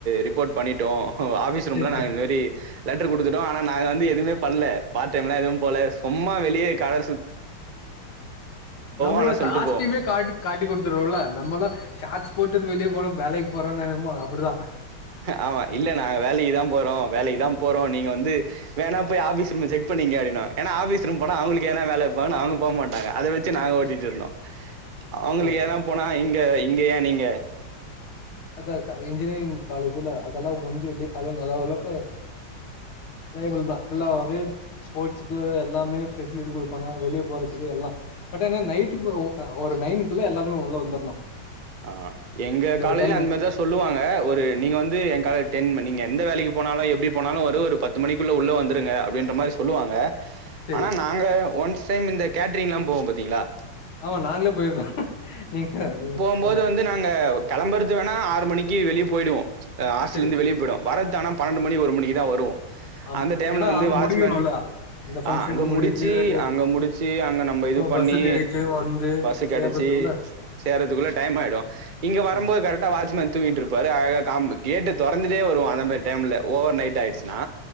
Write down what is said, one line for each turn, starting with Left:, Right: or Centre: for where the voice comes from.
Right: ரிப்போர்ட் பண்ணிட்டோ ஆஃபீஸ் ரூம்ல
Left: சேரி
Right: நாங்க
Left: சேரி
Right: இந்தமாரி லெட்டரு கொடுத்துட்டோ ஆனால் நாங்க வந்து எதுவுமே பண்ணல பார்ட் டைம்லாம் எதுவும் போல சும்மா வெளியகட
Left: நம்மளோட
Right: ஆனா சொல்ட்டு
Left: காஸ்டூமே
Right: போவோ
Left: காட்டி கொடுத்துருவோம்ல நம்மள ஷார்ஸ் போட்டு வெளியே போன வேலைக்கு போறம்னு நெனைப்போ அப்டிதா
Right: ஆமா இல்ல நாங்க வேலைக்குதா போறோ வேலைக்குதா போறோ நீங்க வந்து வேணா ஆபிஸ் ரூம் செக் பண்ணிங்கடி ஆபிஸ் ரூம் போன அவுங்களுக்குன வேல அவுங்க போக மாட்டங்க அதைச்சு நாங்க ஓட்டிட்டு இருந்தோ அவுங்களுக்கு
Left: ஓகே.
Right: என்ன போனா இங்க இங்க ஏன் நீங்க
Left: அ இன்ஜினியரிங் காலேஜல அதெல்லாம் கொஞ்சோ அத ந அளவுக்கு லைபள் தான் ஃபுல்லாவே ஸ்போர்ட்ஸு்க எல்லாமே பெஃபசிலிட்டி கொடுப்பாங்க வெளியே போறதுக்கு எல்லாம் பட் ஏன்னா நைட்டுக்கு ஒரு நைனுக்குள்ள எல்லாருமே உள்ள வந்துரணு
Right: ஆ எங்க காலேஜ்ல
Left: ஒரு டைமு
Right: அந்த மாரிதா சொல்லுவாங்க ஒரு நீங்க வந்து எ காலஜ டென் நீங்க எந்த வேலைக்கு போனாலும் எப்படி போனாலும் வரும் ஒரு பத்து மணிக்குள்ள உள்ள வந்துடுங்க அப்டின்ற மாரி சொல்லுவாங்க
Left: செரி
Right: ஆனா நாங்க ஒன் சேம் இந்த கேட்ரிங்லாம் போவம் பாரத்தீங்களா
Left: ஆமா நாங்களே போயடுறோ நீங்க
Right: போது
Left: ஆமா
Right: வந்து நாங்க கிளம்புறது வேணா ஆறு மணிக்கு வெளிய போயிடுவோம் அ ஹாஸ்டல
Left: செரி
Right: இருந்து வெளிய போயிடும் வரதானம் பன்னெண்டு மணி ஒரு மணிக்குதா வருவோம்
Left: ஆமா
Right: அந்த டைம்ல
Left: ஏன்னா
Right: வந்து
Left: அங்க
Right: வாட்சமேன்
Left: முடிக்கணுல்ல அந்த ஃபங்க்ஷன்
Right: அங்க
Left: முடிஞ்சு
Right: முடிச்சு
Left: வெளிய
Right: அங்க முடிச்சு அங்க நம்ம இது பண்ணி
Left: பஸ்ஸு கெடைச்சு வந்து
Right: பஸ்ஸு கடைச்சி
Left: சேர்றதுக்குள்ள
Right: சேறதுக்குள்ள ஆயிடும் இங்க வரம்போது
Left: ஆமா
Right: கரெக்டா வாட்ச்மேன் தூங்கிட்டு இருப்பாரு <unintelligible> ஏட்ட தொறந்துட்டே வருவோம் அந்த மாரி டைம்ல ஓவர் நைட் ஆயிருச்சுனா